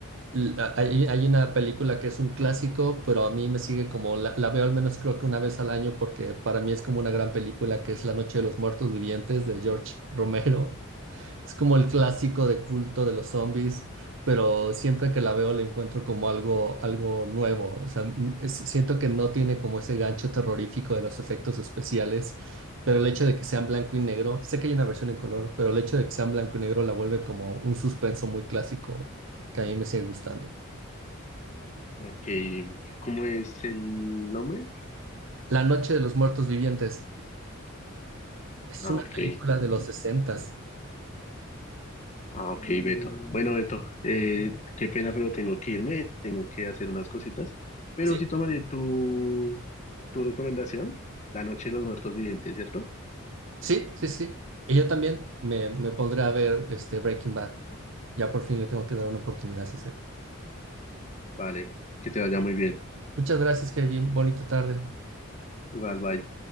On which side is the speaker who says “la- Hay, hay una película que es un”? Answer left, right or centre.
Right